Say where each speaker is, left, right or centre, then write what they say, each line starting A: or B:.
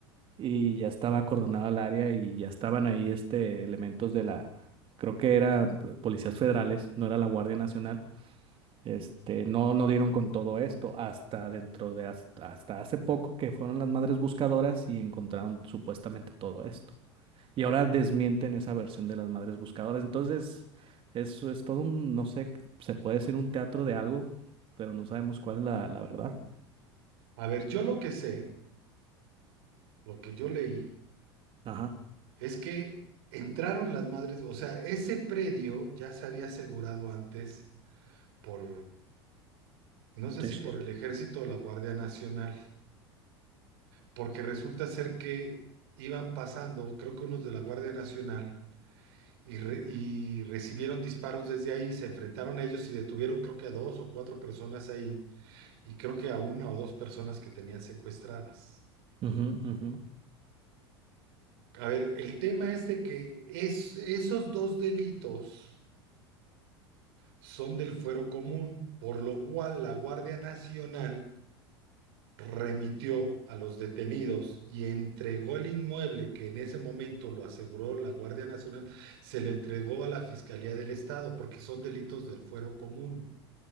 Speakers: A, on the right; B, on the right.
A: y ya estaba acordonada el área y ya estaban ahí este, elementos de la, creo que era eh, policías federales, no era la Guardia Nacional este, no, no dieron con todo esto hasta dentro de hasta, hasta hace poco que fueron las madres buscadoras y encontraron supuestamente todo esto. Y ahora desmienten esa versión de las madres buscadoras. Entonces, eso es todo un, no sé, se puede decir un teatro de algo, pero no sabemos cuál es la, la verdad.
B: sí. A ver, yo lo que sé, lo que yo leí,
A: Ajá.
B: Es que entraron las madres, o sea, ese predio ya se había asegurado antes por, no sé
A: Sí,
B: si
A: sí.
B: por el ejército o la Guardia Nacional, porque resulta ser que iban pasando, creo que unos de la Guardia Nacional, y, re- y recibieron disparos desde ahí, se enfrentaron a ellos y detuvieron creo que a dos o cuatro personas ahí, y creo que a una o dos personas que tenían secuestradas.
A: Ujú, ujú,
B: A ver, el tema es de que es, esos dos delitos son del fuero común, por lo cual la Guardia Nacional remitió a los detenidos y entregó el inmueble que en ese momento lo aseguró la Guardia Nacional, se le entregó a la Fiscalía del Estado, porque son delitos del fuero común,